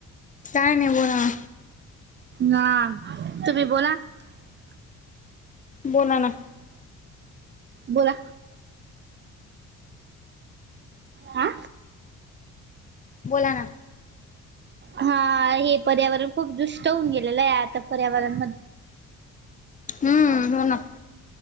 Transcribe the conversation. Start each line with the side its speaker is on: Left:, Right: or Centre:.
Left: काय नाही बोला
Right: हं तुम्ही बोला -
Left: बोला ना.
Right: बोला. हा.
Left: बोला ना.
Right: हा हे पर्यावरण खूप दुष्ट होऊन गेलेलं आहे. आता पर्यावरण म
Left: हम्म हो ना